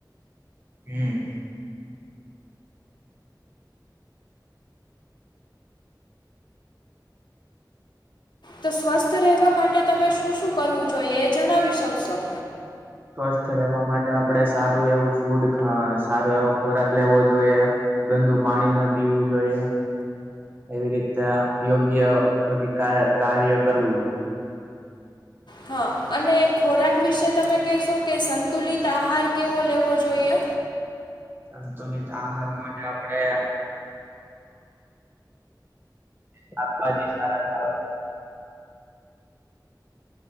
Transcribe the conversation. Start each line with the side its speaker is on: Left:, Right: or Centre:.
Right: હમ્મ.
Left: તો સ્વસ્થ રહેવા માટે તમે શું-શું કરવું જોઈએ? એ જણાવી શકશો.
Right: સ્વસ્થ રહેવા માટે આપણે સારું એવું ફૂડ ખા સારો એવો ખોરાક લેવો જોઈએ. ગંદુ પાણી ન પીવું જોઈએ. એવી રીતે યોગ્ય બધી કાર કાર્ય કરવું.
Left: હા. અને ખોરાક વિશે તમે કહેશો, કે સંતુલિત આહાર કેવો લેવો જોઈએ?
Right: સંતુલિત આહાર માટે આપડે શાકભાજી સારા ખાવા